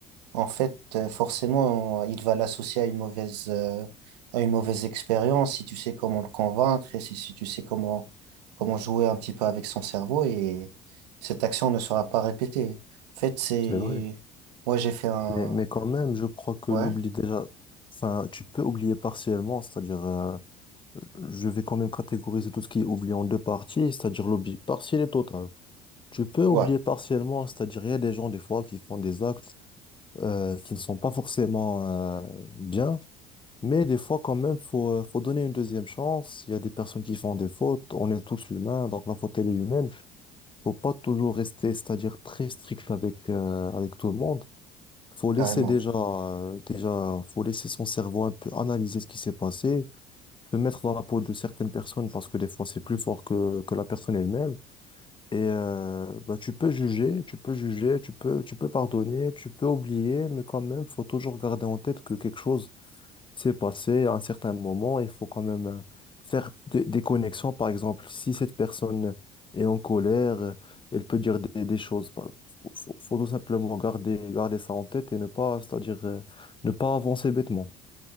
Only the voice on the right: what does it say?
En fait, euh, forcément, il va l'associer à une mauvaise, euh, à une mauvaise expérience si tu sais comment le convaincre et si, si tu sais comment, comment jouer un petit peu avec son cerveau et cette action ne sera pas répétée. En fait, c'est,
moi, j'ai fait un,
ouais,
ouais,
carrément.